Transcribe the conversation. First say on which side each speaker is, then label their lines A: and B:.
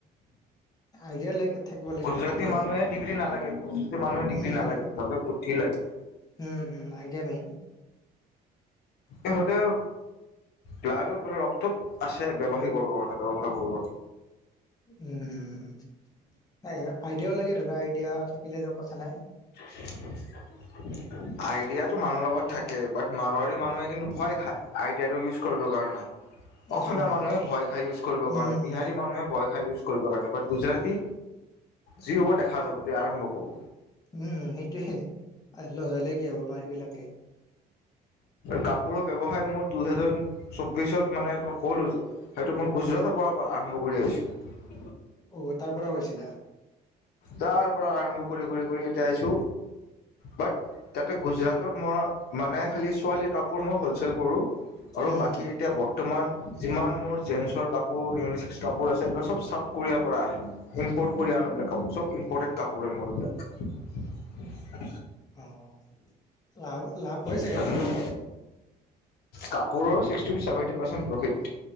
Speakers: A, on the left; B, on the left.
A: আইডিয়া লাগ থাকিব লাগিব
B: গুজৰাটী
A: তেতিয়াহে
B: মানুহে ডিগ্ৰী নালাগে গুজৰাটী মানুহে ডিগ্ৰী
A: উম
B: নালাগে সিহঁতৰ বুদ্ধি লাগে।
A: উম উম নাই দিয়া মোক।
B: এই হঁতেও। ল্লাইটোত মানে ৰক্তত আছে ব্যৱসায়ী কৰিব মানে ব্যৱহাৰ কৰিব।
A: উম। আইডিয়াও লাগে ধৰা আইডিয়া থাকিলে যে কথা নাই।
B: <inaudible> আইডিয়াটো মানুহৰ লগত থাকে বাট মাৰোৱাৰোৱাৰী মানুহে কিন্তু ভয় খায় আইডিয়াটো ইউজ কৰিবৰ কাৰণে। অসমীয়া
A: উম
B: মানুহে ভয় খাই ইউজ কৰিবৰ কাৰণে
A: উম
B: বিহাৰী
A: উম
B: মানুহে ভয় খাই ইউজ কৰিবৰ কাৰণে। গুজৰাটী যি হ'ব দেখা যাব দ আৰম্ভ কৰো।
A: উম, সেইটোয়ে লজ হলে কি হ'ব আমাৰ সেইবিলাকে।
B: কাপোৰৰ ব্যৱসায় মই দুইহেজাৰ চৌববিশত মানে মই ক'লো যে সেইটো মই গুজৰাটৰ পৰা। বগৰী আছে।
A: অ, তাৰ পৰা গৈছিলা।
B: তাৰ পৰা আৰম্ভ কৰি কৰি কৰি এতিয়া আছো। বাট তাতে গুজৰাটৰ মৰা মানে খালি ছোৱালীৰ কাপ কাপোৰ মই হ'লচেইল কৰোঁ। আৰু
A: উম
B: বাকী
A: হম
B: এতিয়া বৰ্তমান যিমান মোৰ জেনছৰ কাপোৰ, ইউনিচেক্স কাপোৰ আছে, এইবিলাক চব চাউথ কোৰিয়াৰ পৰা আহে। ইম্পৰ্ট কৰি আনো এইবিলাক কাপোৰ। চব ইম্পৰ্টেড কাপোৰ মোৰ এইবিলাক।
A: অহ, লাভ লাভ হয় চাগে
B: এইবিলাক
A: ন?
B: কাপোৰৰ sixty rupees, seventy percent profit.